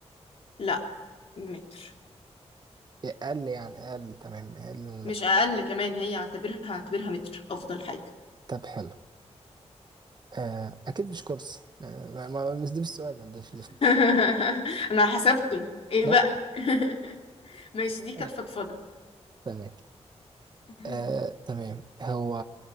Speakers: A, on the left (about 60°); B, on the right (about 40°).
A: لا متر
B: أقل يعني أقل تمام أقل من المتر
A: مش أقل كمان هي اعتبرها اعتبرها متر أفضل حاجة
B: طب حلو آه أكيد مش كرسي آه ما ما- مش ده السؤال ما ده السؤال.
A: <laughs> أنا حسبته إيه
B: لا
A: بقى <laughs> ماشي دي كانت
B: آه،
A: فضفضة
B: تمام
A: كم
B: آه تمام هو